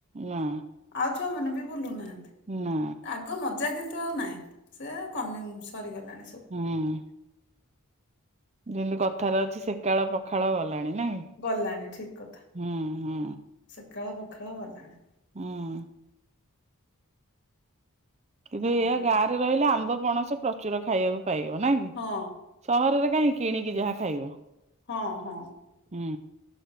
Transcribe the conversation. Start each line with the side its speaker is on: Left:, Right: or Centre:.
Right: ନା
Left: ଆଉ ଛୁଆମାନେ ବି ବୁଲୁନାହାଁନ୍ତି।
Right: ନା।
Left: ଆଗ ମଜା କିନ୍ତୁ ଆଉ ନାହିଁ, ସେ କମି ସରିଗଲାଣି ସବୁ।
Right: ହଁ। ଯେମତି କଥାରେ ଅଛି ସେକାଳ ପଖାଳ ଗଲାଣି, ନାଇଁ?
Left: ଗଲାଣି ଠିକ କଥା।
Right: ହୁଁ ହୁଁ
Left: ସେକାଳ ପଖାଳ ଗଲାଣି।
Right: ହୁଁ କିନ୍ତୁ
Left: ଆଉ
Right: ଏୟା ଗାଁରେ ରହିଲେ ଆମ୍ବ, ପଣସ ପ୍ରଚୁର ଖାଇବାକୁ ପାଇବ। ନାଇଁକି?
Left: ହଁ
Right: ସହରରେ କାହିଁ, କିଣିକି ଯାହା ଖାଇବ।
Left: ହଁ, ହଁ।
Right: ହୁଁ।